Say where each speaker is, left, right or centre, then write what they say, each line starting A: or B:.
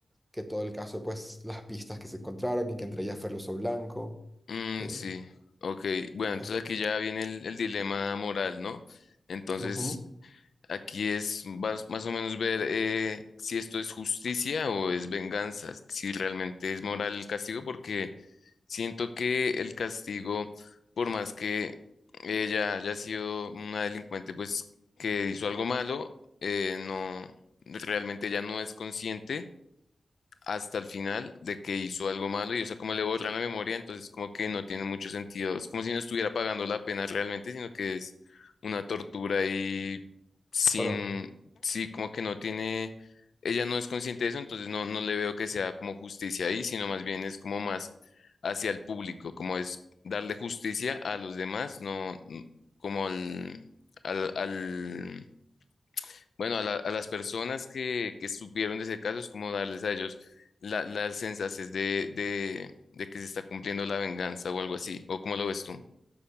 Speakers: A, in the centre; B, on the left (about 75°).
A: que todo el caso, pues las pistas que se encontraron y que entre ellas fue el uso blanco.
B: Mm,
A: eh,
B: sí, ok. Bueno, entonces
A: es-
B: aquí ya viene el, el dilema moral, ¿no? Entonces,
A: ujú,
B: aquí es más, más o menos ver eh, si esto es justicia o es venganza, si realmente es moral el castigo, porque Siento que el castigo, por más que ella haya sido una delincuente, pues que hizo algo malo, eh, no, realmente ella no es consciente hasta el final de que hizo algo malo y o sea, como le borran la memoria, entonces como que no tiene mucho sentido. Es como si no estuviera pagando la pena realmente, sino que es una tortura y sin,
A: Pero
B: sí, como que no tiene, ella no es consciente de eso, entonces no, no le veo que sea como justicia ahí, sino más bien es como más hacia el público, como es darle justicia a los demás, no no- como al, al, al bueno, a, la- a las personas que, que supieron de ese caso es como darles a ellos la- las sensaciones de, de, de que se está cumpliendo la venganza o algo así, o cómo lo ves tú.